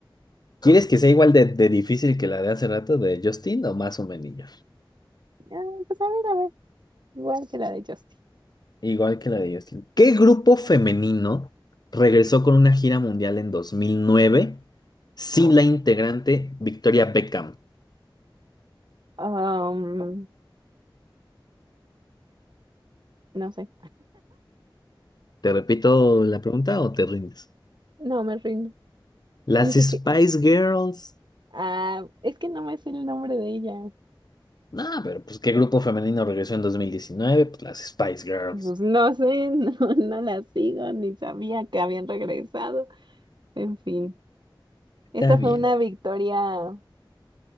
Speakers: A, on the left; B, on the right.
A: ¿Quieres que sea igual de, de difícil que la de hace rato de Justin o más o menos?
B: Ah, pues a ver, a ver. Igual que la de Justin.
A: Igual que la de Justin. ¿Qué grupo femenino regresó con una gira mundial en 2009 sin la integrante Victoria Beckham?
B: Um, no sé.
A: ¿Te repito la pregunta o te rindes?
B: No, me rindo.
A: Las
B: Ni siquiera.
A: Spice Girls.
B: Ah, es que no me sé el nombre de ella.
A: No, pero pues qué grupo femenino regresó en 2019, pues las Spice Girls.
B: Pues no sé, <laughs> no, no la sigo, ni sabía que habían regresado. En fin, esta
A: Está bien.
B: fue una victoria